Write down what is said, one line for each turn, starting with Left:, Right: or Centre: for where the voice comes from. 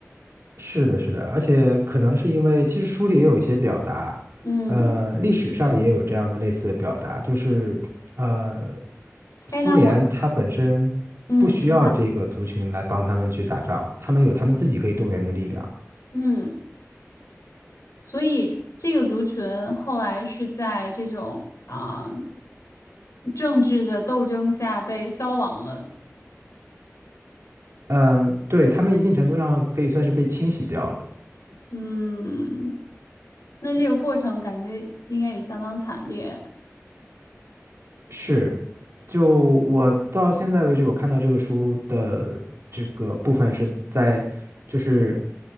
Right: 是的，是的，而且可能是因为，其实书里也有一些表达，
Left: 嗯，
Right: 呃，历史上也有这样的类似的表达，就是呃，苏联它本身不需要这个族群来帮他们去打仗，
Left: 哎，那我，嗯，你讲，
Right: 他们有他们自己可以动员的力量，
Left: 嗯，所以这个族群后来是在这种啊、政治的斗争下被消亡了，
Right: 嗯、对，他们一定程度上可以算是被清洗掉了。
Left: 嗯，那这个过程感觉应该也相当惨烈
Right: 是，就我到现在为止，我看到这个书的这个部分是在，就是